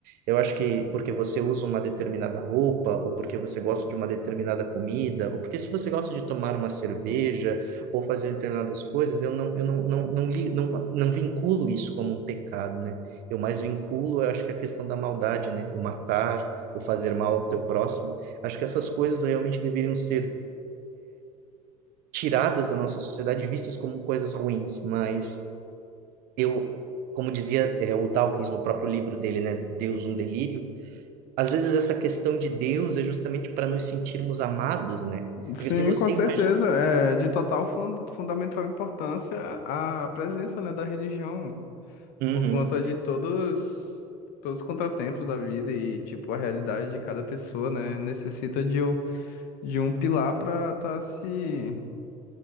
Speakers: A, on the right; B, on the left.
A: Eu acho que porque você usa uma determinada roupa, ou porque você gosta de uma determinada comida, ou porque se você gosta de tomar uma cerveja ou fazer determinadas coisas, eu não, eu não, não, não, li, não, não vinculo isso como um pecado, né? Eu mais vinculo, eu acho que a questão da maldade, né? O matar ou fazer mal ao teu próximo. Acho que essas coisas realmente deveriam ser tiradas da nossa sociedade, vistas como coisas ruins, mas eu, como dizia é, o Dawkins no próprio livro dele, né, Deus um delírio, às vezes essa questão de Deus é justamente para nos sentirmos amados, né? Porque
B: Sim,
A: se você
B: com certeza.
A: imagina...
B: É de total fun- fundamental importância a presença, né, da religião,
A: Uhum.
B: por conta de todos, todos os contratempos da vida e, tipo, a realidade de cada pessoa, né, necessita de, um- de um pilar para estar se,